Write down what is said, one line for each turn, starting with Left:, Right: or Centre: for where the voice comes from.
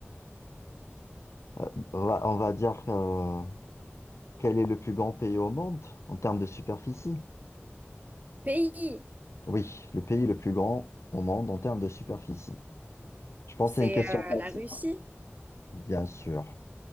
Left: euh, on va on va dire euh, quel est le plus grand pays au monde en termes de superficie?
Right: Pays,
Left: Oui, le pays le plus grand au monde en termes de superficie. Je pense
Right: c'est
Left: que c'est une question
Right: euh,
Left: facile.
Right: la Russie.
Left: hein. Bien sûr,